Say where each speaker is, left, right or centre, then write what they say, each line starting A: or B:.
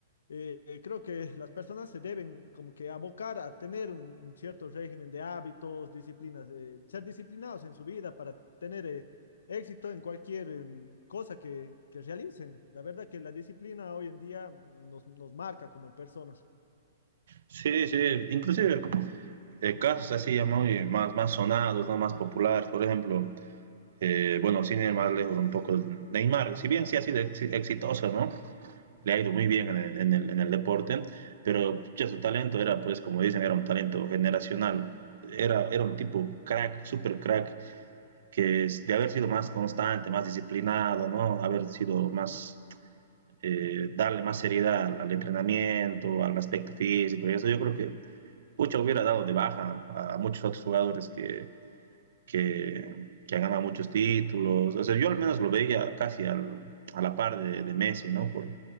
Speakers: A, on the left (about 80°); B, on the right (about 70°).
A: eh, eh, creo que las personas se deben como que abocar a tener un, un cierto régimen de hábitos, disciplinas, eh, ser disciplinados en su vida para tener eh, éxito en cualquier em, cosa que, que realicen. La verdad que la disciplina hoy en día nos, nos marca como personas.
B: Sí, sí, inclusive eh, casos así ya muy más, más sonados, ¿no? Más populares, por ejemplo, Eh, bueno, sin ir más lejos un poco, Neymar, si bien sí ha sido ex exitoso, ¿no? Le ha ido muy bien en el, en el, en el deporte, pero ya su talento era, pues, como dicen, era un talento generacional. Era, era un tipo crack, super crack, que de haber sido más constante, más disciplinado, ¿no? Haber sido más, eh, darle más seriedad al, al, entrenamiento, al aspecto físico y eso, yo creo que Pucha hubiera dado de baja a, a muchos otros jugadores que, que, que ha ganado muchos títulos. O sea, yo al menos lo veía casi al, a la par de, de Messi, ¿no? Porque